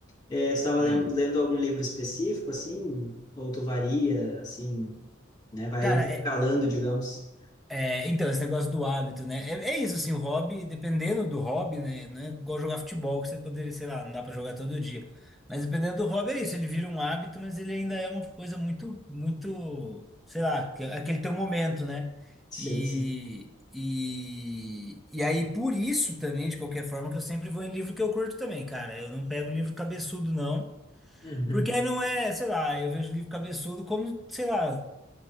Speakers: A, on the left; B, in the centre.
A: É, tu estava
B: Hum.
A: lendo lendo algum livro específico, assim? Ou tu varia, assim, né? Vai
B: Cara,
A: intercalando,
B: é,
A: digamos.
B: É, então, esse negócio do hábito, né? É, é isso, assim, o hobby, dependendo do hobby, né? Não é igual jogar futebol, que você poderia, sei lá, não dá pra jogar todo dia. Mas dependendo do hobby, é isso, ele vira um hábito, mas ele ainda é uma coisa muito, muito, sei lá, que- é aquele teu momento, né?
A: Sim,
B: E,
A: sim.
B: e, e aí, por isso também, de qualquer forma, que eu sempre vou em livro que eu curto também, cara. Eu não pego livro cabeçudo, não.
A: Uhum.
B: Porque aí não é, sei lá, eu vejo livro cabeçudo como, sei lá.